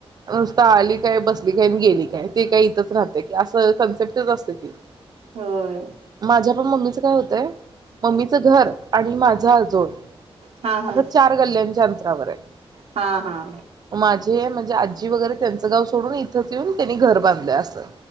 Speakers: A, on the right; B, on the right.
A: नुसत आली काय बस गेली काय ते काय इथच राहते असं कन्सेप्टच असत की,
B: होय
A: माझ्या पण मम्मीच काय होतय, मम्मीचं घर आणि माझं आजोळ
B: हा हा
A: आता चार गल्ल्यांच्या अंतरावर आहे.
B: हा हा
A: माझ्या जे म्हणजे, आजी वगैरे त्यांचं गाव सोडून इथं इथंचं येऊन त्यांनी घर बांधलयं. असं